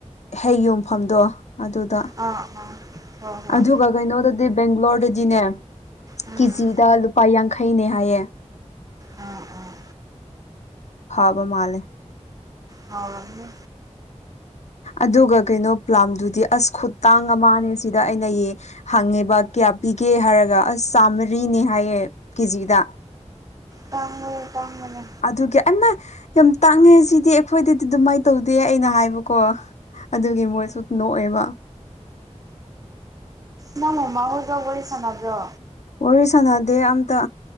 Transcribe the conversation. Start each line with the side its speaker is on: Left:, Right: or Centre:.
Left: ꯍꯩ ꯌꯣꯟꯐꯝꯗꯣ ꯑꯗꯨꯗ
Right: ꯑꯥ ꯑꯥ ꯍꯣꯏ ꯍꯣꯏ
Left: ꯑꯗꯨꯒ ꯀꯩꯅꯣꯗꯗꯤ ꯕꯦꯡꯒ꯭ꯂꯣꯔꯗꯗꯤꯅꯦ
Right: ꯎꯝ
Left: ꯀꯦꯖꯤꯗ ꯂꯨꯄꯥ ꯌꯥꯡꯈꯩꯅꯦ ꯍꯥꯏꯌꯦ
Right: ꯑꯥ ꯑꯥ
Left: ꯐꯕ ꯃꯥꯂꯦ
Right: ꯍꯥꯎꯔꯝꯅꯤ
Left: ꯑꯗꯨꯒ ꯀꯩꯅꯣ ꯄ꯭ꯂꯥꯝꯗꯨꯗꯤ ꯑꯁ ꯈꯨꯇꯥꯡ ꯑꯃꯅꯦ ꯁꯤꯗ ꯑꯩꯅ ꯌꯦ ꯍꯪꯉꯦꯕ ꯀꯌꯥ ꯄꯤꯒꯦ ꯍꯥꯏꯔꯒ ꯑꯁ ꯆꯥꯝꯃꯔꯤꯅꯦ ꯍꯥꯏꯌꯦ ꯀꯦꯖꯤꯗ
Right: ꯇꯥꯡꯏ ꯇꯥꯡꯕꯅꯦ
Left: ꯑꯗꯨꯒꯤ ꯑꯩ ꯃ ꯌꯥꯝ ꯇꯥꯡꯉꯦ ꯁꯤꯗꯤ ꯑꯩꯈꯣꯏꯗꯗꯤ ꯑꯗꯨꯃꯥꯏꯅ ꯇꯧꯗꯦ ꯑꯩꯅ ꯍꯥꯏꯕꯀꯣ ꯑꯗꯨꯒꯤ ꯃꯣꯏꯁꯨ ꯅꯣꯛꯑꯦꯕ
Right: ꯅꯪ ꯃꯍꯣꯏꯖꯣ ꯋꯔꯤ ꯁꯥꯟꯅꯕ꯭ꯔꯣ
Left: ꯋꯥꯔꯤ ꯁꯥꯟꯅꯗꯦ ꯑꯝꯇ